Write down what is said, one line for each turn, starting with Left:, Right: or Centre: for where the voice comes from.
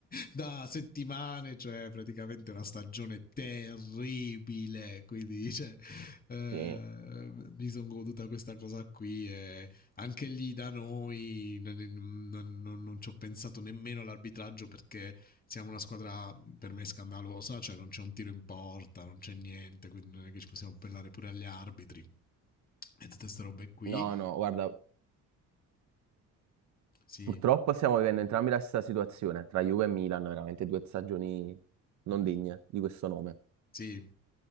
Left: da settimane, cioè praticamente una stagione terribile, quindi cioè, eh,
Right: Sì.
Left: mi sono goduta questa cosa qui e anche lì da noi non, non- non- non ci ho pensato nemmeno all'arbitraggio perché siamo una squadra per me scandalosa, cioè non c'è un tiro in porta, non c'è niente, quindi non è che ci possiamo appellare pure agli arbitri e tutte queste robe qui.
Right: No, no, guarda,
Left: Sì,
Right: purtroppo stiamo vivendo entrambi la stessa situazione, tra Juve e Milan, veramente due stagioni non degne di questo nome.
Left: sì.